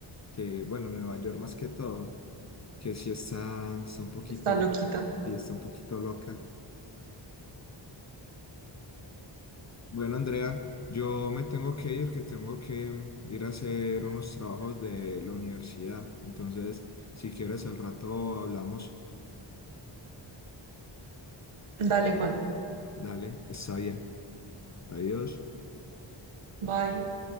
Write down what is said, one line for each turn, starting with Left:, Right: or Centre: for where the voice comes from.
Left: que, bueno, Nueva York más que todo, que sí está, está un poquito,
Right: Está loquita.
Left: sí está un poquito loca. Bueno, Andrea, yo me tengo que ir, que tengo que mm, ir a hacer unos trabajos de la universidad. Entonces, si quieres, al rato hablamos.
Right: Dale, Juan.
Left: Dale, está bien. Adiós.
Right: Bye.